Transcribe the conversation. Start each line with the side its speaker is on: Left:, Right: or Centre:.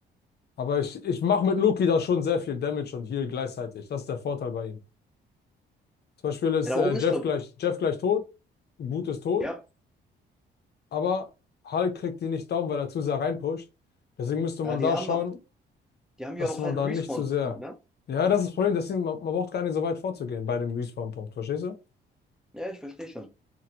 Left: Aber ich, ich mache mit Loki da schon sehr viel Damage und Heal gleichzeitig. Das ist der Vorteil bei ihm. Zum Beispiel ist
Centre: da
Left: äh,
Centre: oben
Left: Jeff
Centre: ist, glaub
Left: gleich,
Centre: ich.
Left: Jeff gleich tot, Groot ist tot,
Centre: ja.
Left: aber Hulk kriegt die nicht down, weil er zu sehr reinpusht. Deswegen müsste man
Centre: Ja, die
Left: da
Centre: haben,
Left: schauen,
Centre: die haben
Left: dass
Centre: ja auch
Left: man
Centre: halt
Left: da
Centre: einen Respawn-Punkt,
Left: nicht zu sehr.
Centre: ne?
Left: Ja, das ist das Problem, deswegen, man, man braucht gar nicht so weit vorzugehen bei dem Respawn-Punkt, verstehst du?
Centre: Ja, ich verstehe schon.